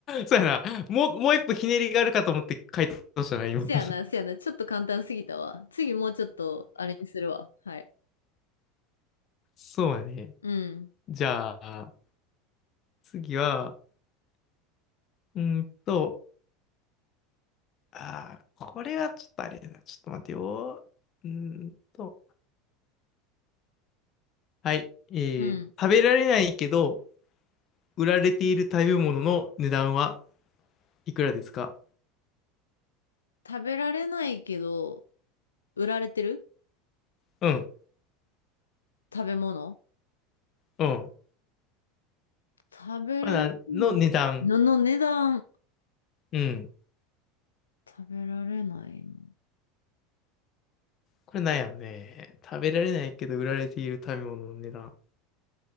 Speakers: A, on the left; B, on the left.
A: そうやな。もう、もう一歩ひねりがあるかと思って回答したな、今。
B: せやな、
A: <laughs>
B: せやな。ちょっと簡単すぎたわ。次もうちょっと、あれにするわ。はい。
A: そうやね。
B: うん。
A: じゃあ、次は、うーんと、あー、これはちょっとあれやな。ちょっと待てよ。うーんと、はい。えー、
B: うん。
A: 食べられないけど、売られている食べ物の値段はいくらですか
B: 食べられないけど、売られてる
A: うん、
B: 食べ物
A: うん。
B: 食べられない。
A: まあなの値段。
B: のの値段。
A: うん。
B: 食べられないの。
A: これなんやろね。食べられないけど、売られている食べ物の値段。